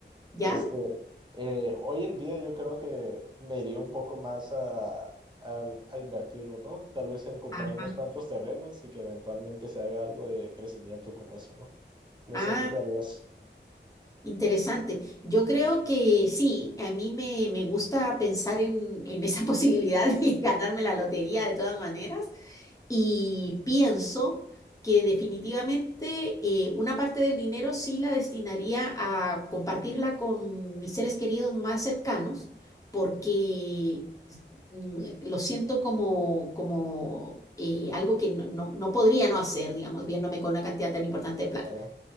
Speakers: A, on the left (about 15°); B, on the right (about 25°).
A: ¿Ya?
B: Este, eh, hoy en día yo creo que me iría un poco más a, al- a invertirlo, ¿no? Tal vez en comprar
A: Ajá.
B: unos cuantos terrenos y que eventualmente se haga algo de crecimiento con eso, ¿no? No
A: Ah,
B: sé, tú qué harías,
A: interesante. Yo creo que sí, a mí me, me gusta pensar en, en esa <laughs> posibilidad de ganarme la lotería de todas maneras, Y pienso que definitivamente eh, una parte del dinero sí la destinaría a compartirla con mis seres queridos más cercanos, porque mm, lo siento como, como eh, algo que no, no- no podría no hacer, digamos, viéndome con una cantidad tan importante de plata.
B: Clara?